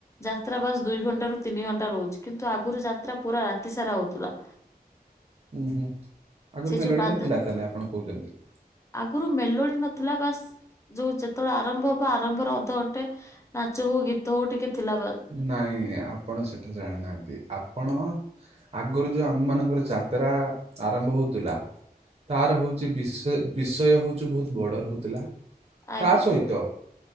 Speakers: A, on the left; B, on the right.
A: ଯାତ୍ରା ବାସ ଦୁଇ ଘଣ୍ଟା ରୁ ତିନି ଘଣ୍ଟା ରହୁଛି କିନ୍ତୁ ଆଗରୁ ଯାତ୍ରା ପୁରା ରାତି ସାରା ହଉଥ ଥିଲା
B: ହୁଁ ହୁଁ ଆଗରୁ ମେଲୋଡ଼ି
A: ଯୋଉ ବାଦା
B: ନଥିଲା ତାହେଲେ ଆପଣ କହୁଛନ୍ତି।
A: ଆଗରୁ ମେଲୋଡି ନଥିଲା ବାସ୍ ଯୋଉ ଯେତେବେଳେ ଆରମ୍ଭ ହବ ଆରମ୍ଭରେ ଅଧଘଣ୍ଟେ ନାଚ ହଉ ଗୀତ ହଉ ଟିକେ ଥିଲା ବା
B: ନାଇଁ ଆପଣ ସେଟା ଜାଣିନାହାନ୍ତି ଆପଣ ଆଗରୁ ଯୋଉ ଆମ ମାନଙ୍କର ଯାତ୍ରା ଆରମ୍ଭ ହଉଥିଲା ତାର ହଉଛି ବିଷୟ ବିଷୟ ହଉଛି ବହୁତ ବଡ ରହୁଥିଲା।
A: ଆଜ୍ଞା
B: ତା ସହିତ